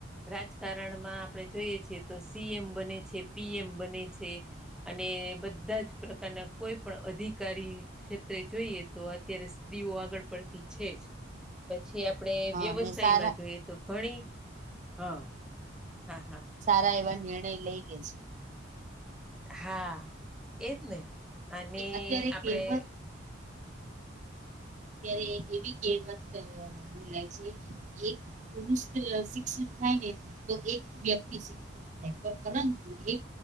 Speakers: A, in the centre; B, on the right (about 35°).
A: રાજકારણમાં આપણે જોઈએ છીએ તો સીએમ બને છે પીએમ બને છે. અને બધા જ પ્રકારના કોઈ પણ અધિકારી ક્ષેત્રે જોઈએ તો અત્યારે સ્ત્રીઓ આગળ પડતી છે, જ પછી આપણે
B: હા
A: વ્યવસાયમાં
B: અને સારા
A: જોઈએ તો ઘણી હા હા હા
B: સારા એવા નિર્ણય લઈ લેજ
A: હા, એજ ને અને
B: અત્યારે
A: આપણેે
B: કેવા ત્યારે
A: હમ
B: એવી કહેમત મું લાગ છે. એક પુરુષ શિક્ષિત થાય ને તો એક વ્યક્તિ શ પરંતુ એક